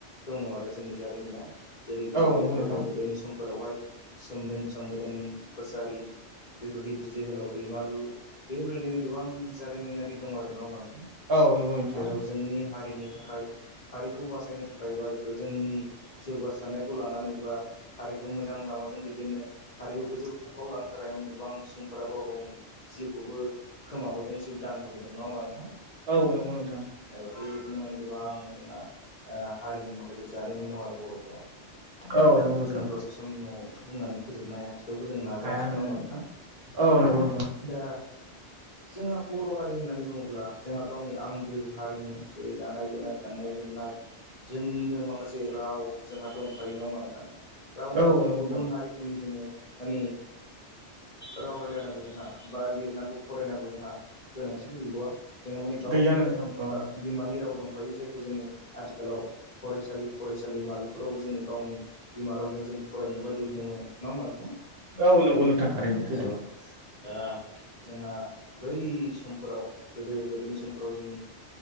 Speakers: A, on the left; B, on the right.
A: दङ आरो जोंनि जा मोना जेरै गो
B: औ नंगौ नोंथां
A: गोदो-गोदायनि सम फोरावहाय सोमदोन सोमोदोन खसारि बेफोरदि जि जोहोलाव दैमालु बेबायदिनो गोबां जारिमिनारि दं आरो न' बांथाम
B: औ नंगौ नोंथां औ नंगौ नोंथां
A: जेराव जोंनि हारिनि थाखाय। हारिखौ बासायनो थाखाय बा जोंनि जौगासारनायखौ लानानै बा हारिखौ मोजां लामाजों दैदेननो हारिखौ गोजौ थाखोआव लांनो थाखाय माने गोबां सुबुंफोरा गाव गावनि जिउखौबो खोमाबोदों जिउ दान होबोदों नङा होमबा नोंथां?
B: औ नंगौ नोंथां।
A: औ बेबायदिनो माने गोबां जोंहा हारिनि माखासे जारिमिन दं आरो बर'फोरा।
B: औ
A: दा
B: नंगौ
A: बेखौ
B: नोंथां
A: जोङो दसे समाव बुंनानै फोजोबनो हाया आथि थेवबो जों नाजानोसै
B: हाया नंगौ
A: नोङो मोन नोंथां
B: औ नंगौ नोंथां
A: दा जोंहा बर' हारि होननानै बुङोब्ला जोंहा गावनि आंगो हारिमु जेरै दानाय-लुनाय गाननाय-जोमनाय जोंनिनो माखासे राव जोंहा दंखायो नङा मानोथां रावनिबो
B: औ नंगौ
A: गुबुन
B: नोंथां
A: हारिफोरनि जोङो। मानिे राव रायलायनांगौ जोंहा बा लिरनांगौ फरायनांगौ जोंहा गोनांथिबो गैबावा जोंहा माने गावनिनो
B: गैया नोंथां औ
A: बिमानि राव दंखायो जायखौ जोङो आथिखालाव फरायसालि फरायसालिमा बेफोरावबो जोङो गावनि बिमा रावजों जों फरायनोबा लिरनो मोनो नङा होमबा नोंथां
B: औ नंगौ नोंथां थारैनो सैथो
A: औ। दा जोंहा बै समफोराव गोदो गोदोनि समफोराव जोंनि